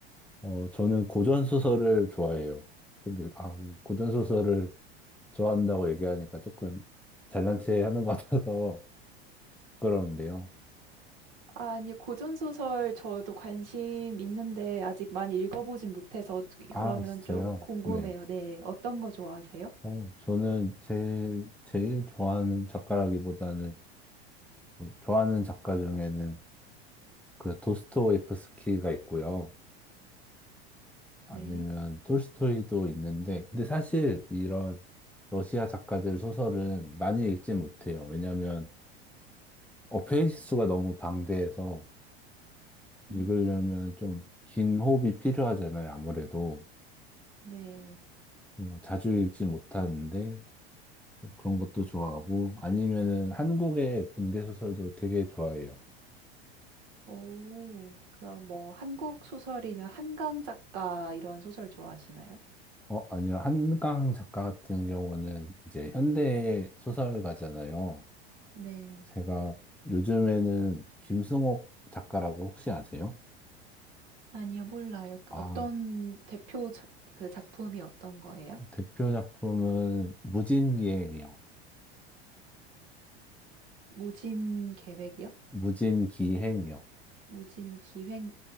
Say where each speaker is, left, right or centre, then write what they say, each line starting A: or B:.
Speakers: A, in the centre; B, on the right.
A: 어, 저는 고전소설을 좋아해요. 근데, 아, 고전소설을 좋아한다고 얘기하니까 조금 잘난 체 하는 것 같아서 <laughs> 부끄러운데요.
B: 아니, 고전 소설 저도 관심 있는데 아직 많이 읽어보진 못해서
A: 아,
B: 그러면
A: 진짜요?
B: 좀 궁금해요.
A: 네.
B: 네, 어떤 거 좋아하세요?
A: 어, 저는 제일, 제일 좋아하는 작가라기보다는, 뭐 좋아하는 작가 중에는 그 도스토옙스키가 있고요. 아니면
B: 네.
A: 톨스토이도 있는데, 근데 사실 이런 러시아 작가들 소설은 많이 읽지 못해요. 왜냐면 어, 페이지 수가 너무 방대해서 읽으려면
B: 음,
A: 좀 긴 호흡이 필요하잖아요. 아무래도.
B: 네.
A: 어, 자주 읽지 못하는데, 그런 것도 좋아하고, 아니면은 한국의 근대 소설도 되게 좋아해요.
B: 오, 그럼 뭐 한국 소설이면 한강 작가 이런 소설 좋아하시나요?
A: 어, 아니요. 한강 작가 같은 경우는 이제 현대 소설가잖아요.
B: 네.
A: 제가 요즘에는 김승옥 작가라고 혹시 아세요?
B: 아니요, 몰라요. 그
A: 아,
B: 어떤 대표 저- 그 작품이 어떤 거예요?
A: 대표 작품은 무진기행이요.
B: 무진 계획이요?
A: 무진기행이요.
B: 무진 기획,